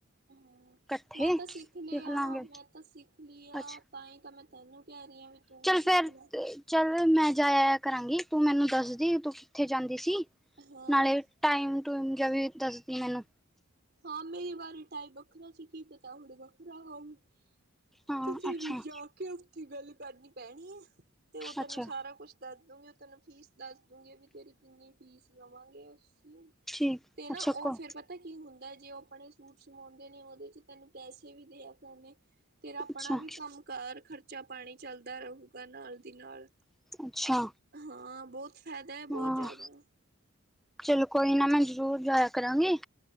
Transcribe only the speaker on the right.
ਹੂ
ਮੈਂ ਤਾਂ ਸਿੱਖ ਲ ਹ
ਮੈਂ ਤਾਂ ਸਿੱਖ ਲ
ਆ ਤਾਂ ਹੀ ਤਾਂ ਮੈਂ ਤੈਨੂੰ ਕਹਿ ਰਹੀ ਹਾਂ ਵੀ ਤੂੰ
ਵੀ ਸਿੱਖ
ਲੈ
ਹਾਂ
ਹਾਂ ਮੇਰੀ ਵਾਰੀ ਟਾਈ ਵੱਖਰਾ ਸੀ ਕੀ ਪਤਾ ਹੁਣ ਵੱਖਰਾ ਹੋ ਵੀ
ਤੇ ਤੈਨੂੰ
ਜਾ ਕੇ ਉਸਦੀ ਗੱਲ ਕਰਨੀ ਪੈਣੀ ਹੈ ਤੇ ਉਹ ਤੈਨੂੰ
ਸਾਰਾ ਕੁਛ ਦੱਸ ਦੂੰਗੇ ਉਹ ਤੈਨੂੰ ਫੀਸ ਦੱਸ ਦੂੰਗੇ ਵੀ ਤੇਰੀ ਕਿੰਨੀ ਫੀਸ ਲਵਾਂਗੇ ਉਸ ਦੀ
ਤੇ ਨਾ
ਉਹ ਫਿਰ ਪਤਾ ਕੀ ਹੁੰਦਾ ਜੇ ਉਹ ਆਪਣੇ ਸੂਟ ਸਵਾਉਂਦੇ ਨੇ ਉਹਦੇ ਚ ਤੈਨੂੰ ਪੈਸੇ ਵੀ ਦੇਆ ਕਰਨ ਨੇ ਤੇਰਾ ਆਪਣਾ
ਵੀ ਕੰਮ ਕਾਰ ਖ਼ਰਚਾ ਪਾਣੀ ਚੱਲਦਾ ਰਹੇਗਾ ਨਾਲ ਦੀ ਨਾਲ
ਹਾਂ ਬਹੁਤ ਫ਼ਾਇਦਾ ਹੈ ਬਹੁਤ
ਜ਼ਿਆਦਾ